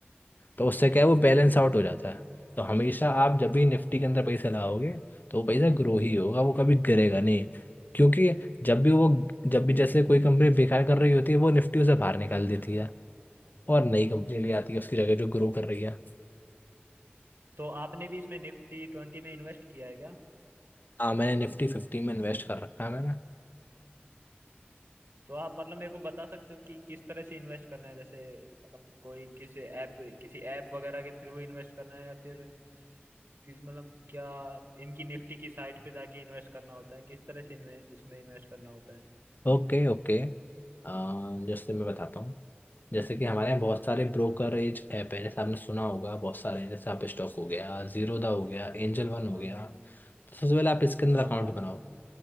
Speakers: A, on the left (about 50°); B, on the right (about 75°).
A: तो उससे क्या है वो बैलेंस आउट हो जाता है तो हमेशा आप जब भी निफ्टी के अंदर पैसे लगाओगे तो वो पैसा ग्रो ही होगा वो कभी गिरेगा नहीं क्योंकि जब भी वो जब भी जैसे कोई कंपनी बेकार कर रही होती है वो निफ्टी उसे बाहर निकाल देती है और नई कंपनी ले आती है उसकी जगह जो ग्रो कर रही है
B: तो आपने भी इसमें निफ्टी ट्वेंटी में इन्वेस्ट किया है क्या
A: हाँ मैंने निफ्टी फिफ्टी में इन्वेस्ट कर रखा है मैंने
B: तो आप मतलब मेरे को बता सकते हो कि किस तरह से इन्वेस्ट करना है जैसे मतलब कोई किसी ऐप किसी ऐप वगैरह के थ्रू इन्वेस्ट करना है या फिर किसी मतलब क्या इनकी निफ्टी की साइट पे जाके इन्वेस्ट करना होता है किस तरह से इनमें इसमें इन्वेस्ट करना होता है
A: ओके ओके अ, जैसे मैं बताता हूँ जैसे कि हमारे यहाँ बहुत सारे ब्रोकरेज ऐप है जैसे आपने सुना होगा बहुत सारे हैं, जैसे आप स्टॉक हो गया जीरोधा हो गया एंजल वन हो
B: हाँ
A: गया
B: हाँ
A: तो सबसे पहले आप इसके अंदर
B: हाँ
A: अकाउंट
B: हाँ
A: बनाओ